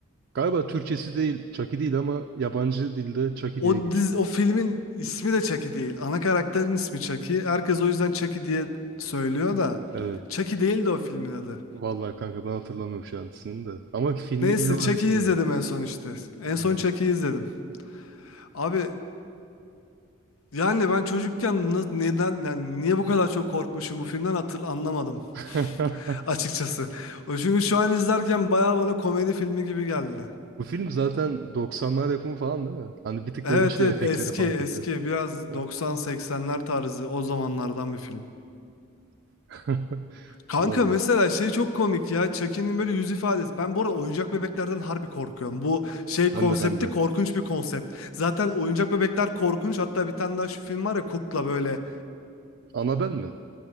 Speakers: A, on the right (about 55°); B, on the left (about 80°).
A: Galiba Türkçesi değil, Chucky değil ama yabancı dilde Chucky
B: O
A: diye geçiyor.
B: diz, o filmin ismi de Chucky değil. Ana karakterin ismi Chucky. Herkes o yüzden Chucky diye söylüyor da.
A: Evet.
B: Chucky değildi o filmin adı.
A: Vallahi kanka ben hatırlamıyorum şu an ismini de. Ama filmi
B: Neyse
A: genel olarak
B: Chucky'yi
A: biliyorum.
B: izledim en son işte. En
A: Hı
B: son
A: hı.
B: Chucky'yi izledim. Abi Yani ben çocukken na- neden yani niye bu kadar çok korkmuşum bu filmden hatır anlamadım
A: <laughs>
B: <laughs> açıkçası. O çünkü şu an izlerken bayağı bana komedi filmi gibi geldi.
A: Bu film zaten 90'lar yapımı falan değil mi? Hani bir tık
B: Evet
A: böyle şey
B: evet
A: efektleri
B: eski
A: falan
B: eski
A: kötü.
B: biraz
A: Ha.
B: 90-80'ler tarzı o zamanlardan bir film.
A: <laughs>
B: Kanka
A: Vallahi.
B: mesela şey çok komik ya Chucky'nin böyle yüz ifadesi. Ben bu arada oyuncak bebeklerden harbi korkuyorum. Bu şey
A: Ben
B: konsepti
A: de ben de.
B: korkunç bir konsept. Zaten oyuncak bebekler korkunç hatta bir tane daha şu film var ya Kukla böyle.
A: Annabelle mi?